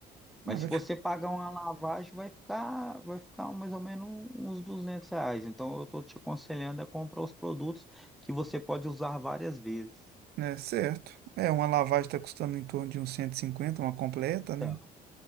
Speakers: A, in the centre; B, on the right.
A: Mas
B: Ah, vai
A: se você
B: ficar,
A: pagar uma lavagem, vai ficar, vai ficar mais ou menos uns 200 reais. Então, eu estou te aconselhando a comprar os produtos que você pode usar várias vezes.
B: é, certo. É, uma lavagem está custando em torno de uns 150, uma completa, né?
A: Tá.